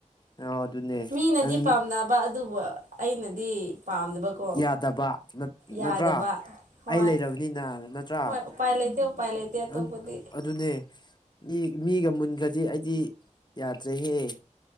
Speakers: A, on the left (about 35°); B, on the right (about 80°).
A: ꯑ ꯑꯗꯨꯅꯦ
B: ꯃꯤꯅꯗꯤ
A: ꯅꯪ
B: ꯄꯥꯝꯅꯕ ꯑꯗꯨꯕꯨ ꯑꯩꯅꯗꯤ ꯄꯥꯝꯗꯕꯀꯣ
A: ꯌꯥꯗꯕ
B: ꯌꯥꯗꯕ
A: ꯅꯠꯇ꯭ꯔꯥ
B: ꯍꯣꯏ
A: ꯑꯩ ꯂꯩꯔꯕꯅꯤꯅ ꯅꯠꯇ꯭ꯔꯥ
B: ꯍꯣꯏ ꯎꯄꯥꯏ ꯂꯩꯇꯦ ꯎꯄꯥꯏ ꯂꯩꯇꯦ ꯑꯇꯣꯞꯄꯗꯤ
A: ꯑꯟ ꯑꯗꯨꯅꯦ ꯏ ꯃꯤꯒ ꯃꯨꯟꯒ꯭ꯔꯗꯤ ꯑꯩꯗꯤ ꯌꯥꯗ꯭ꯔꯦꯍꯦ